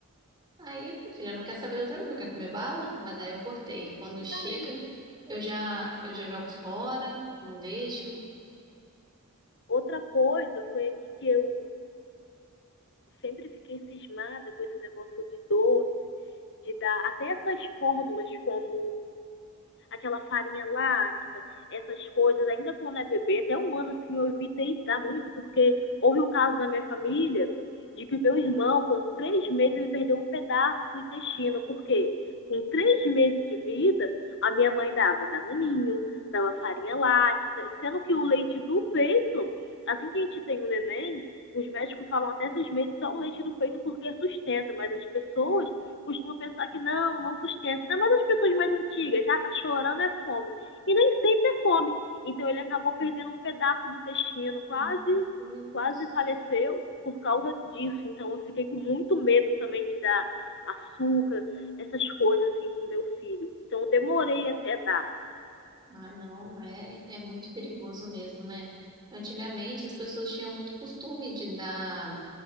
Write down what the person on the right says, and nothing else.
Aí, minha filha não quer saber de outra coisa, quer comer bala? Mas aí eu cortei. Quando chega,
eu já, eu já jogo fora, não deixo.
Meu Deus.
Ah, não, é, é muito perigoso mesmo, né? Antigamente as pessoas tinham muito costume de dar